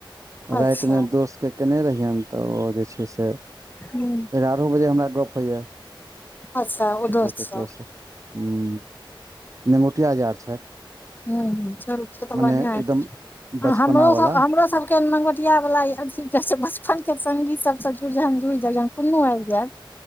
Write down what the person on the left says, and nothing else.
अच्छा
हूँ।
अच्छा ओ
दोस्त सब
हु हु चलु से तऽ
बढ़िआ
एइ
हमरो
सब हमरो सब नगोटिया बला आब छी जे बचपन के संगी सब स जुर जुड़ जयो कुनो आबि जेब <inaudible>